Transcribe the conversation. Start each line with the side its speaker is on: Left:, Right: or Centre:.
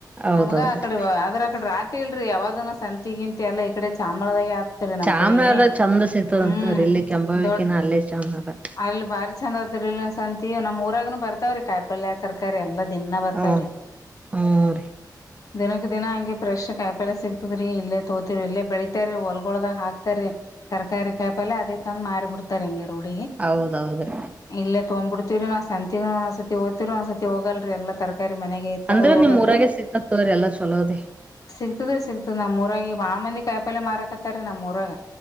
Right: ಹೌದೌದ್ರಿ
Left: ನಮ್ಗ ಆಕಡೆ ಆದ್ರ ಆಕಡೆ ರಾಟಿ ಇಲ್ರರಿ ಯಾವದ ಸಂತಿಗಿಂತಂತೆ ಎಲ್ಲಾ ಈಡೆ ಶಾಮಳದಾಗೆ ಆತತರಿ ನಮ್
Right: ಚಾಮರಾಜ
Left: ಕಡೆಗೆ
Right: ಚಂದ ಸಿಗ್ತದಂತರಿ
Left: ಹ್ಮ್
Right: ಇಲ್ಲಿ ಕೆಂಬಾವಿಕಿನ
Left: ದೊಡ್ಡ
Right: ಅಲ್ಲೇ ಚಾಮರಾಜ
Left: ಅಲ್ಲಿ ಬಾರಿ ಚಂದ ಸಂತತಿ ನಮ್ಮ ಊರಾಗನು ಬರ್ತ ಕಾಯ ಪಲ್ಯ ತರಕಾರಿ ಎಲ್ಲಾ ದಿಿನಾ ಬರ್ತಾವ್ರಿ
Right: ಹ್ಮ ಹ್ಮ್ ರೀ
Left: ದಿನಕ್ಕ ದಿನ ಹಂಗೆಫ್ರೆ್ ಕಾಯಿಪಳೆ ಸಿ ೀ ಇಲ್ಲ ತೋತಿರ ಇಲ್ಲ ಬೆಳಿ ಹೊಲ್ಗೊಳದಾಗ ಹಾಕ್ತಾರಿೀ ತರಕಾರಿ ಕಾಯಿಪಿ ಅದೇ ತಂದ್ ಮಾರಿಬ ಬಿಡ್ತಾರ ಹಂಗಿ ರೋಡ
Right: ಹೌದೌದ್ರಿ
Left: ಇಲ್ಲದ ತಗೊ್ಬ ಬಿಡ್ೀರಿ ನಾ ಸಂತ ಸತಿ ಹಓದತಿರರು ಆ್ ಸತಿ ಹೋಗಲ್ರಿ ಎಲ್ಲ ತರಕ ಮನೆಗೆ ಇತ್ತ
Right: ಅಂದ್ರ
Left: ಅಂದ್ರೆ ಹೋಗಲ್ರಿ
Right: ನಿಮ್ ಊರಾಗೆ ಸಿಗ್ತತ್ ತೋರಿ ಎಲ್ಲಾ ಚಲೋದೆ
Left: ಸಿಗ್ತದಿ ಸಿಗ್ತದ ನಮ್ರಾಗಿ ಬಾ್ಂದ ಕಾಯಲೆ ಮಾರಕತ್ತ ರೀ ನಮ್ ಮುರಗ